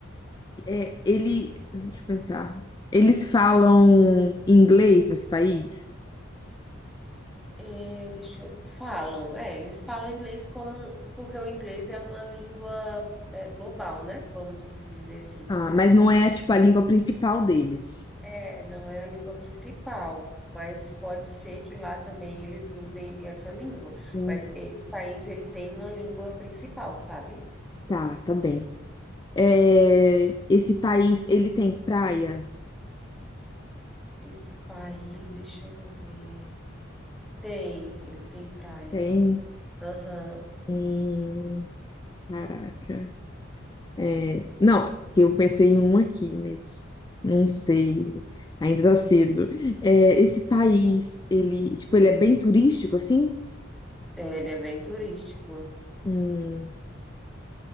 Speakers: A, on the left; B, in the centre.
A: é, ele, deixa eu pensar, eles falam inglês nesse país,
B: É, deixa eu... Falam, é, eles falam inglês como... Porque o inglês é uma língua é, global, né? Vamos se dizer assim.
A: ah, mas não é, tipo, a língua principal deles.
B: É, não é a língua principal, mas pode ser que lá também eles usem essa língua.
A: Hum,
B: Mas esse país, ele tem uma língua principal, sabe?
A: Tá, tá bem. É, esse país, ele tem praia?
B: Esse país, deixa eu ver. Tem, ele tem praia.
A: Tem.
B: Aham.
A: Hum, caraca. É, não, eu pensei em um aqui, mas não sei, ainda tá cedo. É, esse país, ele, tipo, ele é bem turístico, assim?
B: É, ele é bem turístico.
A: Hum,